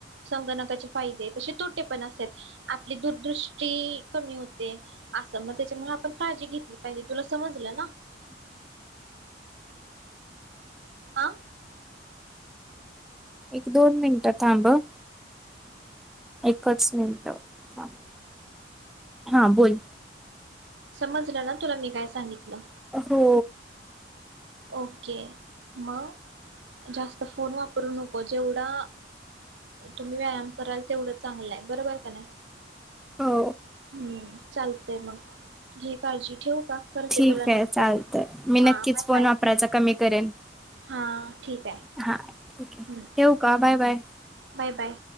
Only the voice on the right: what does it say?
संगणकाचे फायदे तसे तोटे पण असतात. आपली दूरदृष्टी कमी होते असं मग त्याच्यामुळे आपण काळजी घेतली पाहिजे, तुला समजलं ना? आं
समजलं ना तुला? मी काय सांगितलं?
ओके, मग जास्त फोन वापरू नको. जेवढा तुम्ही व्यायाम कराल तेवढं चांगलं आहे. बरोबर का नाही?
हम्म, चालतंय मग घे काळजी. ठेवू का? करते
तुला नंतर.
हां
बाय
बाय
हां ठीक आहे
हं.
Bye, bye.